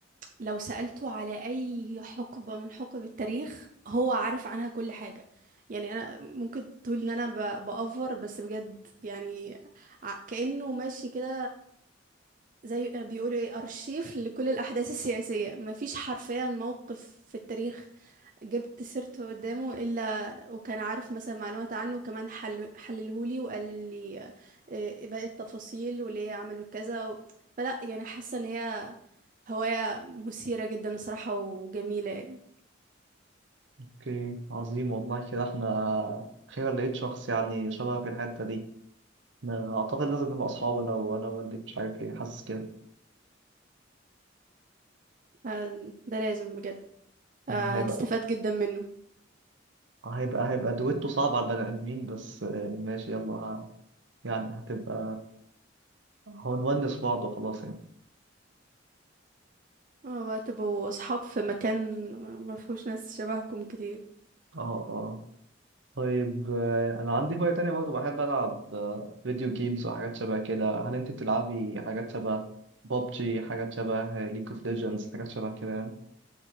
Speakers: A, on the right (about 45°); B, on the right (about 70°).
A: لو سألته على اي حقبه من حقب التاريخ هو عارف عنها كل حاجه يعني انا ممكن تقول ان انا ب- بأفور بس بجد يعني ع- كأنه ماشي كده زي آه، بيقولوا ايه ارشيف لكل الاحداث السياسيه مفيش حرفيا موقف في التاريخ جبت سيرته قدامه الا وكان عارف مثلا معلومات عنه وكمان حل حللهولي وقال لي آه، إيه باقي التفاصيل وليه عملوا كذا و... فلا يعني حاسه ان هي هوايه مثيره جدا الصراحه وجميله يعني
B: أوكي عظيم والله كده إحنا أخيرا لقيت شخص يعني شبه في الحتة دي أنا أعتقد لازم نبقى أصحاب أنا وأنا ووالدك مش عارف ليه حاسس كده
A: آه، ده لازم بجد
B: م،
A: آه،
B: هيبقى
A: هتستفاد جدا منه
B: آه، هيبقى هيبقى دويتو صعب على البني آدمين بس آه، ماشي يلا ه- يعني هتبقى هنونس بعض وخلاص يعني
A: آه، وهتبقوا اصحاب في مكان ما فيهوش ناس شبهكم كتير
B: اه اه طيب آه، انا عندي هواية تانية برضو بحب العب آه، فيديو جيمز وحاجات شبه كده هل انت بتلعبي حاجات شبه بابجي حاجات شبه ليج اوف ليجندز حاجات شبه كده يعني